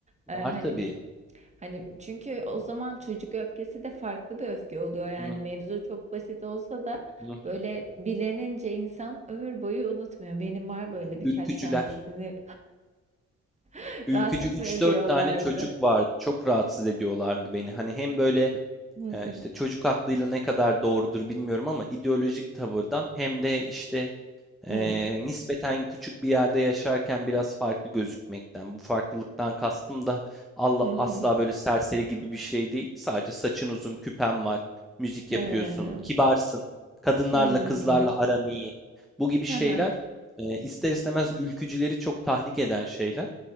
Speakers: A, in the centre; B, on the right.
A: var
B: E, hani
A: tabii.
B: Hani çünkü o zaman çocuk öfkesi de farklı bir öfke oluyor. Yani
A: Hı
B: mevzu çok basit olsa da
A: hı.
B: böyle bilenince insan ömür boyu unutmuyor. Benim var böyle birkaç
A: Ülkücüler.
B: tanesini <laughs>
A: Ülkücü
B: rahatsız
A: üç
B: mı ediyorlardı?
A: dört tane çocuk vardı. Çok rahatsız ediyorlardı beni. Hani hem böyle
B: Hı
A: e,
B: hı.
A: işte çocuk aklıyla ne kadar doğrudur bilmiyorum ama ideolojik tavırdan hem de işte
B: Evet.
A: Eee, nispeten küçük bir yerde yaşarken biraz farklı gözükmekten, bu farklılıktan kastım da Allah,
B: Hı hı.
A: asla böyle serseri gibi bir şey değil. Sadece saçın uzun, küpen var, müzik
B: He.
A: yapıyorsun, kibarsın, kadınlarla
B: Hmm.
A: kızlarla aran iyi. Bu gibi
B: Hı
A: şeyler
B: hı.
A: eee, ister istemez ülkücüleri çok tahrik eden şeyler.